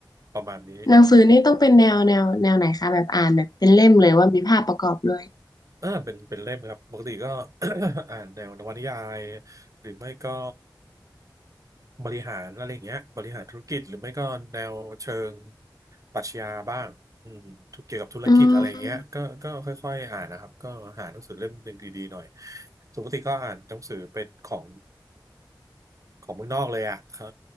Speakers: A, on the right (about 45°); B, on the left (about 55°).
A: ประมาณนี้
B: หนังสือนี่ต้องเป็นแนวแนวแนวไหนคะ แบบอ่านแบบเป็นเล่มเลยว่ามีภาพประกอบด้วย
A: เออเป็นเป็นเล่มครับปกติก็ <coughs> อ่านแนวนวนิยายหรือไม่ก็บริหารอะไรอย่างเงี้ยบริหารธุรกิจหรือไม่ก็แนวเชิงปรัชญาบ้างอืมทุกเกี่ยวกับธุรกิจอะไรอย่างเงี้ยก็ก็ค่อยๆอ่านนะครับก็หาหนังสือเล่มหนึ่งดีๆหน่อย
B: อืม
A: ส่วนปกติก็อ่านหนังสือเป็นของ ของเมืองนอกเลยอ่ะเออ